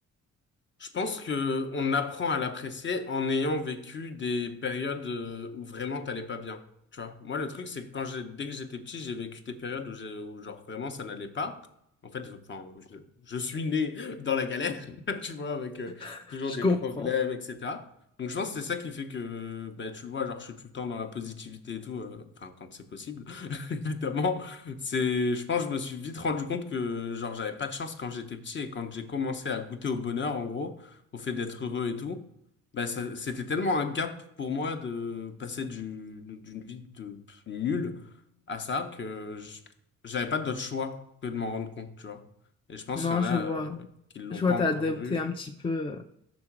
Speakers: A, on the left; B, on the left.
A: Je pense que on apprend à l'apprécier en ayant vécu des périodes euh, où vraiment t'allais pas bien. Tu vois, moi le truc c'est que quand j'ai dès que j'étais petit, j'ai vécu des périodes où, j'ai- où genre vraiment ça n'allait pas. En fait, je, enfin, je, je suis né <laughs> dans la galère, <laughs> tu vois, avec euh,
B: <laughs>
A: toujours
B: Je
A: des
B: comprends.
A: problèmes, etc. Donc je pense que c'est ça qui fait que ben, tu le vois, genre je suis tout le temps dans la positivité et tout, euh, enfin quand c'est possible, <laughs> évidemment. C'est, je pense, que je me suis vite rendu compte que, genre, j'avais pas de chance quand j'étais petit et quand j'ai commencé à goûter au bonheur, en gros, au fait d'être heureux et tout, bah, ça, c'était tellement un gap pour moi de passer du, d'une vie de nulle à ça que je- j'avais pas d'autre choix que de m'en rendre compte, tu vois. Et je pense
B: Non,
A: qu'il y en
B: je
A: a,
B: vois.
A: euh, qui l'ont
B: Je vois,
A: pas
B: t'as
A: encore
B: adopté
A: vu.
B: un petit peu euh,